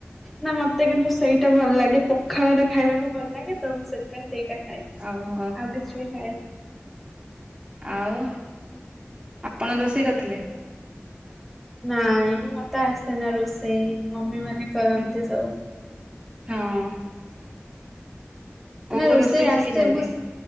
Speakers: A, in the centre; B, on the right (about 25°).
A: ନା ମତେ କିନ୍ତୁ ସେଇଟା ଭଲ ଲାଗେ ପଖାଳରେ ଖାଇବାକୁ ଭଲ ଲାଗେ ତ ମୁଁ ସେଥିପାଇଁ ସେଇଟା ଖାଏ।
B: ଓହୋ।
A: ଆଉ କିଛି ବି ଖାଇ।
B: ଆଉ ଆପଣ ରୋଷେଇ କରିଥିଲେ?
A: ନାଇଁ ମତେ ଆସେନା ରୋଷେଇ ମମି ମାନେ କରନ୍ତି
B: ହୁଁ
A: ସବୁ।
B: ହଁ।
A: ମାନେ
B: କୋଉ କୋଉ
A: ରୋଷେଇ ଆସେ
B: ଶିଖିଛନ୍ତି?
A: ମୁଁ।